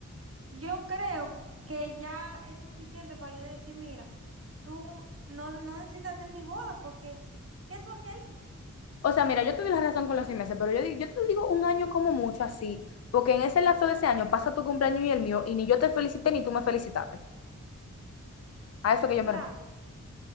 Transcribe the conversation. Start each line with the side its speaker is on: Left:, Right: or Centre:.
Right: Yo creo que ya es suficiente para yo decir, mira, tú no, no necesitaste mi boda porque, ¿qué tú hacías ahí?
Left: O sea, mira, yo te doy la razón con los seis meses, pero yo, di- yo te digo un año como mucho así, porque en ese lapso de ese año pasa tu cumpleaños y el mío, y ni yo te felicité ni tú me felicitaste. A eso que yo me
Right: Claro,
Left: refiero.